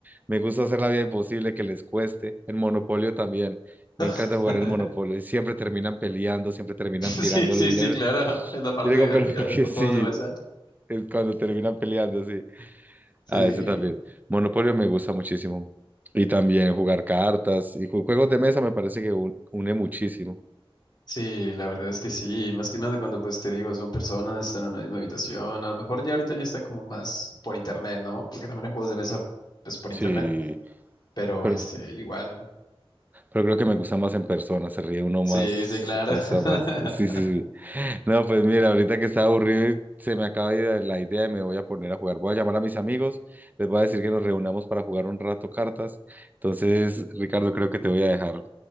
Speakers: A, on the right; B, on the left.
A: Me gusta hacer la vida imposible, que les cueste. El monopolio también. Me
B: <laughs>
A: encanta jugar el Monopoly. Siempre terminan peleando, siempre terminan tirando
B: Sí, sí,
A: el...
B: sí,
A: el-
B: claro. Es la parte
A: Yo digo,
B: divertida
A: pero <laughs> porque
B: de los
A: sí,
B: juegos de mesa.
A: es cuando terminan peleando, sí.
B: Sí.
A: Ah, ese también. Monopoly me gusta muchísimo. Y también jugar cartas y ju- juegos de mesa me parece que un- une muchísimo.
B: Sí, la verdad es que sí, más que nada cuando pues te digo, son personas, están en una misma habitación, a lo mejor ya ahorita ya están como más por internet, ¿no? Porque también hay juegos de mesa pues por
A: Sí,
B: internet, pero
A: pero
B: este, igual,
A: Pero creo que me gusta más en persona, se ríe uno más,
B: sí, sí, claro.
A: cosa
B: <laughs>
A: más. <laughs> Sí, sí, sí. No, pues mira, ahorita que estaba aburrido y se me acaba de ir la idea y me voy a poner a jugar. Voy a llamar a mis amigos, les voy a decir que nos reunamos para jugar un rato cartas. Entonces, Ricardo, creo que te voy a dejar.